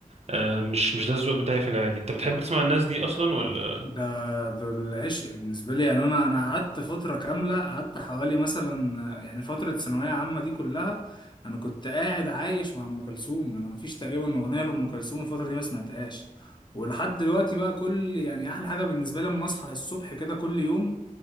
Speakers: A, on the right (about 50°); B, on the left (about 35°).
A: آه، مش مش ده الذوق بتاعي في العادي انت بتحب تسمع الناس دي اصلا ولا
B: ده ده العشق بالنسبة لي يعني أنا أنا قعدت فترة كاملة قعدت حوالي مثلا آه، يعني فترة ثانوية عامة دي كلها أنا كنت قاعد عايش مع أم كلثوم أنا مفيش تقريبا أغنية لأم كلثوم الفترة دي ما سمعتهاش ولحد دلوقتي بقى كل يعني أحلى حاجة بالنسبة لي لما أصحى الصبح كده كل يوم